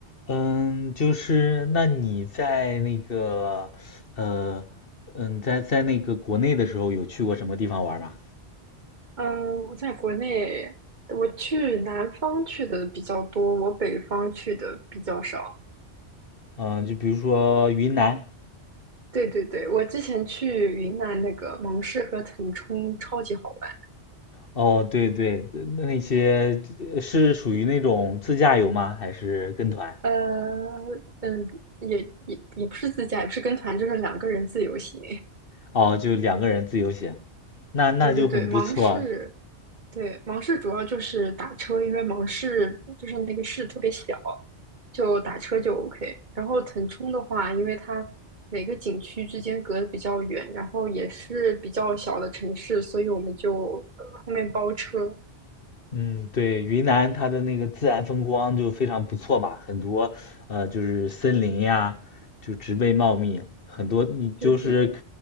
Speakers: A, on the left; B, on the right.
A: 嗯，就是那你在那个，呃，嗯，在在那个国内的时候，有去过什么地方玩吗？
B: 嗯，我在国内，我去南方去的比较多，我北方去的比较少。
A: 嗯，就比如说云南。
B: 对对对，我之前去云南那个芒市和腾冲超级好玩。
A: 哦，对对，那那些呃是属于那种自驾游吗？还是跟团？
B: 呃，嗯，也也也不是自驾，也不是跟团，就是两个人自由行。
A: 哦，就两个人自由行，
B: <laughs>
A: 那那就很不错。
B: 对对对，芒市对，芒市主要就是打车，因为芒市就是那个市特别小，就打车就 OK。然后腾冲的话，因为它每个景区之间隔得比较远，然后也是比较小的城市，所以我们就呃后面包车。
A: 嗯，对，云南它的那个自然风光就非常不错吧，很多呃就是森林呀，就植被茂密，很多你就是
B: 对对对，